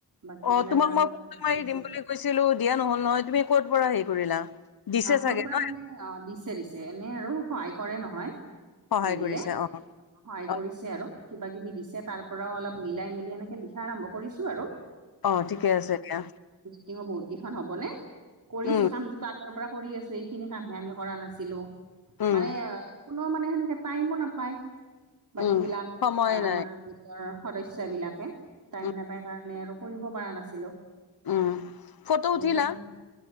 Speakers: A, on the right; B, on the left.
A: বাকী
B: অ
A: বিলাক
B: তোমাক
A: আৰু
B: মই ফটো
A: লিখি
B: মাৰি
A: আছো
B: দিম বুলি কৈছিলো দিয়া নহল নহয় তুমি ক'ত পৰা হেৰি কৰিলা। দিছে
A: অ ক'ৰ
B: চাগে
A: পৰা
B: ন
A: মানে অ দিছে দিছে এনে আৰু সহায় কৰে নহয়।
B: সহায়
A: হেৰিয়ে।
B: কৰিছে অ
A: সহায়
B: অ
A: কৰিছে আৰু কিবা কিবি দিছে তাৰ পৰাও অলপ মিলাই মেলি এনেকে লিখা আৰম্ভ কৰিছো আৰু।
B: অ ঠিকে আছে দিয়া।
A: টিঙ বহুত কেইখন হ'বনে কৰিছো
B: উম
A: কামটো তাত। পুৱাৰ পৰা কৰি আছো এইখিনি কামহে আমি কৰা নাছিলো
B: উম
A: মানে। কোন মানে সেনেকে টাইমো নাপায় বাকী
B: উম
A: বিলাক
B: সময় নাই
A: আমাৰ গোট ৰ সদস্যয়া বিলাকে টাইম
B: উম
A: নাপাই কাৰণে আৰু কৰিব পৰা নাছিলো। সেইকাৰণ
B: উম ফটো উঠিলা